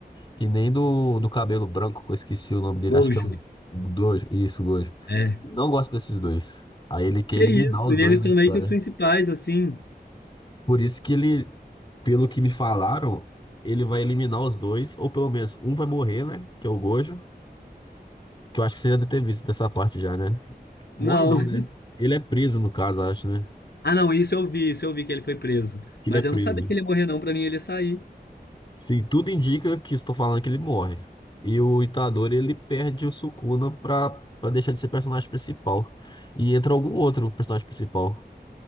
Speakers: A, on the left; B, on the left.
A: e nem do, do cabelo branco, que eu esqueci o nome dele,
B: Gojo.
A: acho que é o Gojo, isso, Gojo.
B: É.
A: Ele não gosta desses dois. Aí ele quer
B: Que
A: eliminar
B: isso?
A: os
B: E
A: dois
B: eles
A: na
B: são
A: história.
B: meio que os principais assim.
A: Por isso que ele, pelo que me falaram, ele vai eliminar os dois, ou pelo menos um vai morrer, né? Que é o Gojo, que eu acho que você já deve ter visto dessa parte já, né? Morre
B: Não.
A: não,
B: <laughs>
A: né? Ele é preso, no caso, acho, né?
B: Ah, não, isso eu vi, isso eu vi que ele foi preso,
A: Que
B: mas
A: ele é preso.
B: eu não sabia que ele ia morrer não, pra mim ele ia sair.
A: Sim, tudo indica que estou falando que ele morre. E o Itadori, ele perde o Sukuna pra, pra deixar de ser personagem principal. E entra algum outro personagem principal.